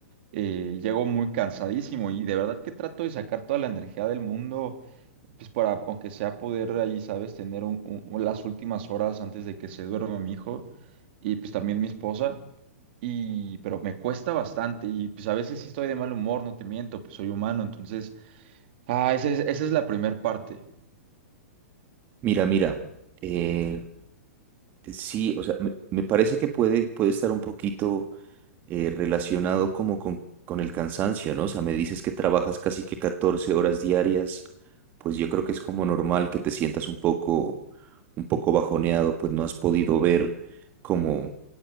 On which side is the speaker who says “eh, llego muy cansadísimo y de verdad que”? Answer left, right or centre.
Right